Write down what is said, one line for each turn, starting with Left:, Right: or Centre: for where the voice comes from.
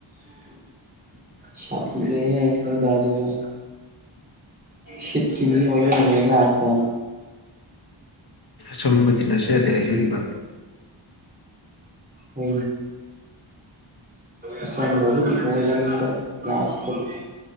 Right: ꯁꯥꯤ ꯂꯩꯦ ꯍꯣꯏꯗꯖꯤꯕ ꯁꯤꯇꯀꯤꯅꯤ ꯑꯣꯏꯅꯒ ꯃꯒꯥ ꯑꯥꯁꯇꯥ
Left: ꯑꯁꯨꯝꯕꯗꯤ ꯅꯁꯗ ꯍꯥꯏꯖꯔꯤꯕ
Right: ꯍ ꯑꯁꯟꯕꯒꯤꯗꯤ ꯑꯣꯏꯔꯝꯗꯕ ꯀ꯭ꯂꯥꯁꯇꯗꯤ